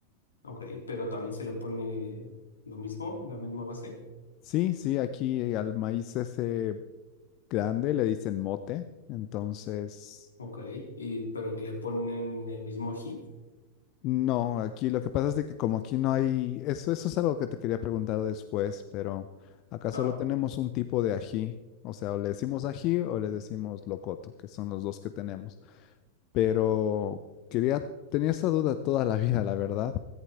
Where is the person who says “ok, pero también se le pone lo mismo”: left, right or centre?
Left